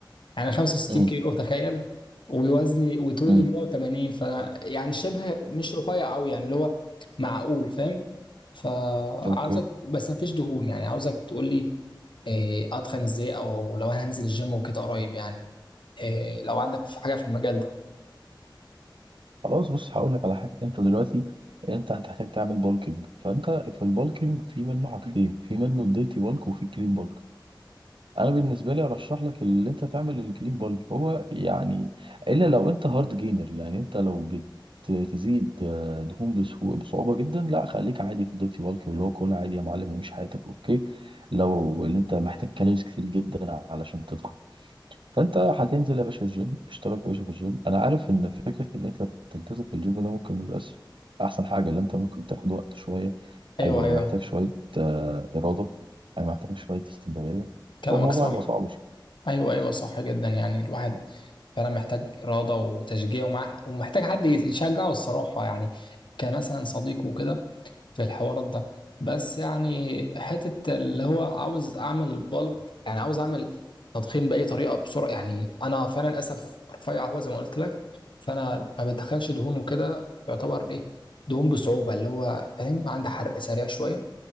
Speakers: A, on the left; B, on the right.
A: يعني 65
B: امم
A: كيلو تخيل ووزني وطولي
B: امم
A: 180 فأنا يعني شبه مش رفيع قوي يعني اللي هو معقول فاهم فعاوزك
B: اوكي
A: بس مفيش دهون يعني عاوزك تقول لي إيه، اتخن ازاي او لو انا هنزل الجيم وكده قريب يعني إيه، لو عندك في حاجه في المجال ده
B: خلاص بص هقول لك على حاجة انت دلوقتي انت هتحتاج تعمل بولكينج فانت في البولكينج في منه حاجتين في منه الديرتي بولك وفي كلين بولك انا بالنسبه لي ارشح لك اللي انت تعمل الكلين بالك هو يعني الا لو انت هارد جينر يعني انت لو بتزيد آه، دهون بسهو- بصعوبه جدا لا خليك عادي في الدوتي بالك اللي هو كل عادي يا معلم ومش حياتك اوكي لو اللي انت محتاج كالوريز كتير جدا علشان تضخم فانت هتنزل يا باشا الجيم اشترك يا باشا في الجيم انا عارف ان فكره ان انت تلتزم في الجيم ده ممكن ما يبقاش احسن حاجه لان انت ممكن تاخد وقت شويه
A: ايوه
B: هيبقى
A: ايوه
B: محتاج شويه آه، اراده هيبقى محتاج شويه استمراريه
A: كلامك
B: والموضوع
A: صح
B: هيبقى صعب شويه
A: ايوه ايوه
B: بالظبط
A: صح جدا يعني الواحد فعلا محتاج اراده وتشجيع ومعاه ومحتاج حد يشجعه الصراحه يعني كمثلا صديقه وكده في الحوارات ده بس يعني حتة اللي هو عاوز أعمل بالك يعني عاوز أعمل تضخيم بأي طريقة بسرعة يعني أنا فعلا للأسف رفيع هو زي ما قلت لك فأنا ما بدخلش دهون وكده يعتبر إيه دهون بصعوبة اللي هو فاهم عندي حرق سريع شوية